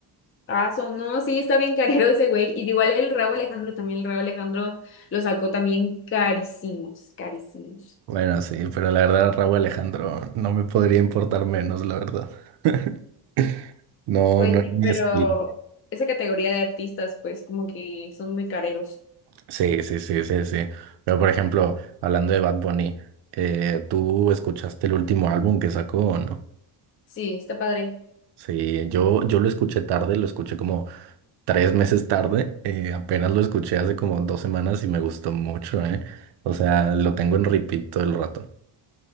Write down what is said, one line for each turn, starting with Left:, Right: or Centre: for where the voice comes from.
Left: paso. No, sí, está bien carero ese güey. Y de igual el Rauw Alejandro también. El Rauw Alejandro lo sacó también carísimos, carísimos.
Right: Bueno, sí, pero la verdad, Raúl Alejandro, no me podría importar menos, la verdad. <laughs> No,
Left: Pues
Right: no es
Left: sí,
Right: mi
Left: pero
Right: estilo.
Left: esa categoría de artistas, pues como que son muy careros.
Right: Sí, sí, sí, sí, sí. Pero por ejemplo, hablando de Bad Bunny, eh, ¿tú escuchaste el último álbum que sacó o no?
Left: Sí, está padre.
Right: Sí, yo, yo lo escuché tarde, lo escuché como tres meses tarde, eh, apenas lo escuché hace como dos semanas y me gustó mucho, ¿eh? O sea, lo tengo en repeat todo el rato.